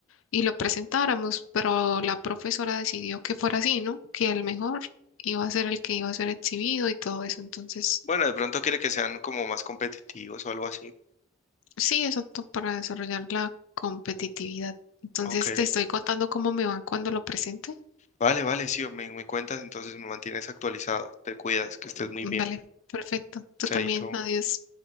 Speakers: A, on the left; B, on the left.
A: y lo presentáramos, pero la profesora decidió que fuera así, ¿no? Que el mejor iba a ser el que iba a ser exhibido y todo eso, entonces...
B: Bueno, de pronto quiere que sean como más competitivos o algo así.
A: Sí, exacto, para desarrollar la competitividad. Entonces,
B: Ok.
A: te estoy contando cómo me va cuando lo presente.
B: Vale, vale, sí, me, me cuentas, entonces me mantienes actualizado. Te cuidas, que estés muy
A: Vale,
B: bien.
A: perfecto. Tú
B: Chaito.
A: también, adiós.